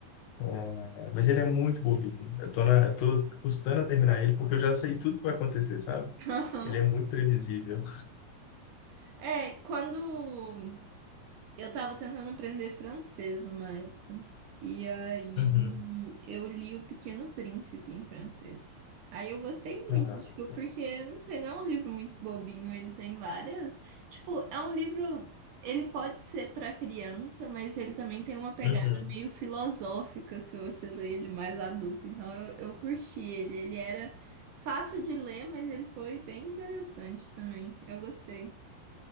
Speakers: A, on the left; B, on the right.
A: É, mas ele é muito bobinho. Eu tô na, eu tô custando a terminar ele, porque eu já sei tudo que vai acontecer, sabe?
B: aham.
A: Ele é muito previsível.
B: É, quando. Eu tava tentando aprender francês uma época. E aí
A: <laughs>
B: eu li O Pequeno Príncipe em francês. Aí eu gostei muito,
A: Ah,
B: tipo, porque, não sei, não é um livro muito bobinho, ele tem várias. Tipo, é um livro. Ele pode ser pra criança, mas ele também tem uma pegada
A: uhum.
B: meio filosófica se você ler ele mais adulto. Então eu, eu curti ele. Ele era fácil de ler, mas ele foi bem interessante também. Eu gostei.